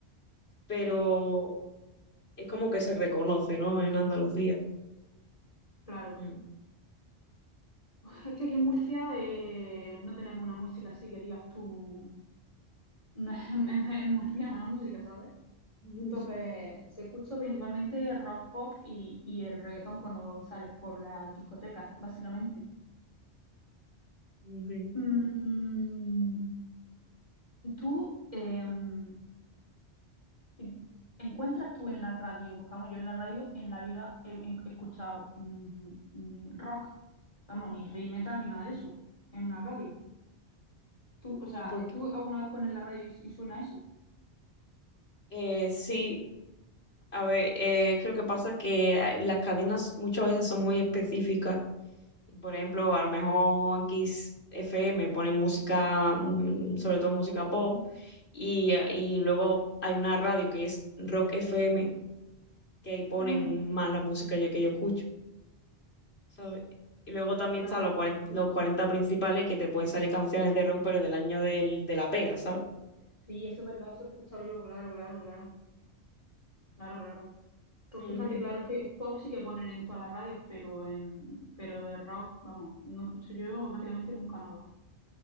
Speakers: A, on the left; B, on the left.
A: pero
B: sí,
A: es como que se reconoce, ¿no? En Andalucía.
B: claro.
A: Mm.
B: Es que aquí en Murcia eh, no tenemos una música así que digas tú, <laughs> es murciana la música, ¿sabes?
A: Mm,
B: Entonces, se escucha principalmente rock pop y, y el reggaetón cuando sales por las discotecas, básicamente.
A: Sí.
B: Mm, tú, em, si encuentras tú en la radio, porque vamos, yo en la radio en la vida he, he escuchado mm, mm, rock, vamos, ni heavy metal ni nada de eso, en una radio. ¿Tú, o sea,
A: Eh, Porque,
B: tú alguna vez pones la radio y, y suena eso?
A: eh, sí, a ver, eh, creo que pasa que eh, las cadenas muchas veces son muy específicas Y por ejemplo, a lo mejor en Kiss FM ponen música, mm, sobre todo música pop, y, eh, y luego hay una radio que es Rock FM, que ahí ponen
B: Mm,
A: más la música yo- que yo escucho, ¿sabes? Y luego también
B: claro,
A: están los cuarenta los cuarenta principales que te pueden salir canciones de rock, pero del año del, de la pera, ¿sabes?
B: sí, eso es verdad, eso lo he escuchado yo, claro, claro, claro, claro, claro. Pues
A: Ujú.
B: fíjate, claro, es que es pop sí que ponen en todas las radios, pero, en, pero de rock, vamos, no escucho yo prácticamente nunca nada.